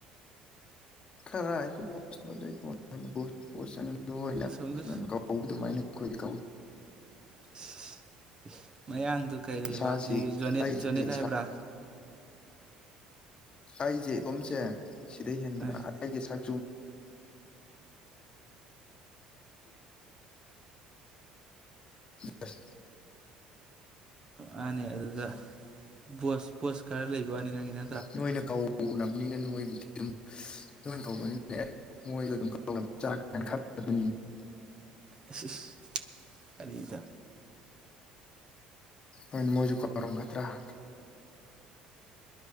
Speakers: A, on the left (about 35°); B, on the right (about 30°).
A: ꯀꯔꯥꯢꯗꯩ ꯕꯣꯁꯅꯣꯗ ꯏꯕꯣ ꯅꯪꯅ ꯕꯣꯁ ꯕꯣꯁ ꯑꯅꯥ ꯂꯨ
B: ꯑꯁꯣꯝꯗ
A: <unintelligible> ꯀꯧꯕ ꯑꯗꯨꯃꯥꯏꯅ ꯑꯩꯈꯣꯏꯗꯤ ꯀꯧ
B: ꯏꯁ ꯏꯁ ꯃꯌꯥꯡ ꯑꯗꯨ ꯀꯔꯤꯕ
A: ꯏꯁꯥꯁꯤ
B: ꯁꯤꯒꯤ ꯖꯣꯅꯦꯠ
A: ꯑꯩꯁꯤ
B: ꯖꯣꯅꯦꯠ ꯍꯥꯏꯕ꯭ꯔꯥ
A: ꯑꯩꯖꯦ ꯏꯇꯣꯝꯖꯦ ꯁꯤꯗꯩ ꯍꯦꯟꯕ
B: ꯑꯦ
A: ꯀꯅꯥ ꯑꯩꯒꯤ ꯁꯛ <unintelligible> <unintelligible>
B: ꯃꯥꯅꯦ ꯑꯗꯨꯗ ꯕꯣꯁ ꯕꯣꯁ ꯈꯔ ꯂꯩꯕꯅꯦ ꯅꯪꯒꯤꯅ
A: ꯅꯣꯏꯅ ꯀꯧꯅꯕ ꯅꯤꯅ ꯅꯣꯏꯕꯨꯗꯤ ꯑꯗꯨꯝ ꯇꯧꯕꯅꯤꯅ ꯑꯦ ꯃꯣꯏꯖꯨ ꯑꯗꯨꯝ <unintelligible>
B: ꯏꯁ ꯏꯁ ꯋꯥꯔꯤꯗꯣ
A: ꯍꯣꯏ ꯃꯣꯏꯁꯨ ꯀꯧꯔꯝꯒꯗ꯭ꯔꯥ <unintelligible>